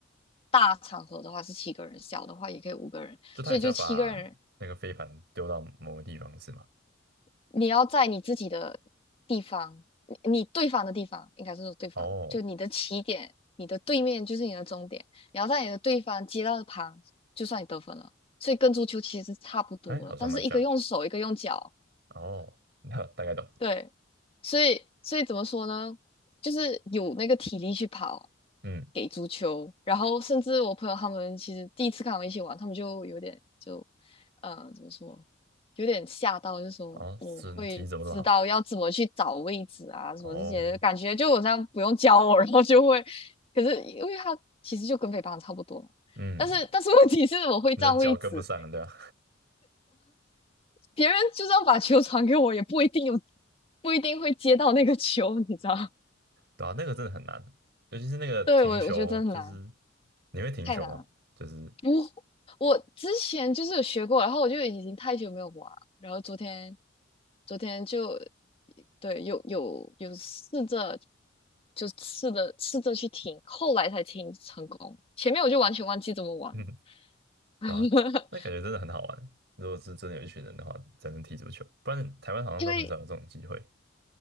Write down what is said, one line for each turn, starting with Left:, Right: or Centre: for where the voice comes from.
Left: 大场合的话是七个人，小的话也可以五个人，
Right: 就他也是要把那个飞盘丢到某个地方是吗？
Left: 所以就七个人。你要在你自己的地方，你你对方的地方，应该是说对方，
Right: 哦，
Left: 就你的起点，你的对面就是你的终点。你要在你的对方接到的旁，就算你得分了。所以跟足球其实差不多了，
Right: 哎，好像蛮像。
Left: 但是一个用手，一个用脚，
Right: 哦，那大概懂。
Left: 对，所以所以怎么说呢？就是有那个体力去跑
Right: 嗯，
Left: 给足球，然后甚至我朋友他们其实第一次看我们一起玩，他们就有点就，呃，怎么说，有点吓到，就说我会知道要怎么去找位置啊，
Right: 哦，身体怎么这么好？哦，
Left: 什么这些，感觉就我这样不用教我，然后就会，可是因为他其实就跟北方差不多，
Right: 嗯，
Left: 但是但是问题是我会占位置，
Right: 你的脚跟不上，对吧？
Left: 别人就算把球传给我，也不一定有，不一定会接到那个球，你知道？<laughs>
Right: 对啊，那个真的很难，尤其是那个停球，
Left: 对，我我觉得真的很难，
Right: 就是你会停球吗？
Left: 太难了。
Right: 就是，
Left: 不，我之前就是有学过，然后我就已经太久没有玩了，然后昨天，昨天就，对，有有有试着，就试着试着去听，后来才听成功，前面我就完全忘记怎么玩，
Right: <laughs> 嗯，
Left: <laughs>
Right: 对啊，那感觉真的很好玩。如果是真的有一群人的话，才能踢足球，不然台湾好像都很少有这种机会。
Left: 因为